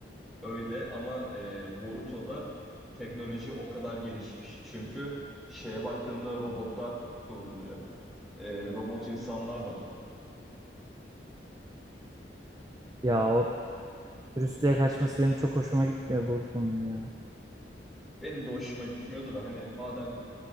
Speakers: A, in the centre; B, on the right (about 20°).
A: öyle ama e, Boruto'da teknoloji o kadar gelişmiş. Çünkü şeye baktığında robotlar kullanılıyor. E, robot insanlar var.
B: ya o Brüssel'e kaçması benim çok hoşuma gitmiyor Boruto'nun ya
A: Benim de hoşuma gitmiyordu da hani madem